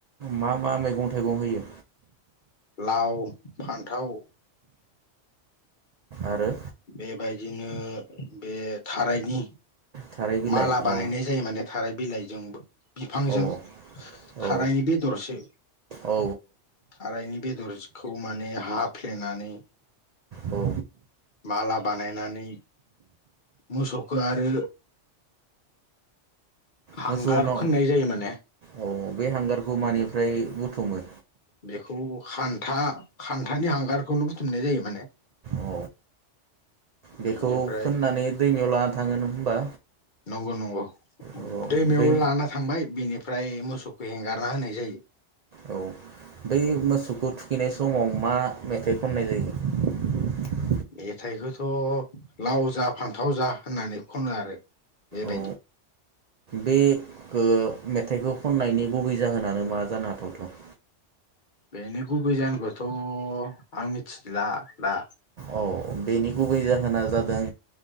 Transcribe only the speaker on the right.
मा मा मैगं थाइगं होयो
आरो
थाराय बिलाइ
औ
औ
औ
औ
औ
मोसौनाव
औ बे हांगारखौ मानिफ्राय बुथुमो
औ बेखौ
फोननानै दैमायाव लाना थाङो नों होमबा
अ
दै
औ बै मोसौखौ थुखैनाय समाव मा मेथाइ खननाय जायो
औ बे ओ मेथाइखौ खननायनि गुबै जाहोनानो मा जानो हाथावथाव
औ बेनि गुबै जाहोना जादों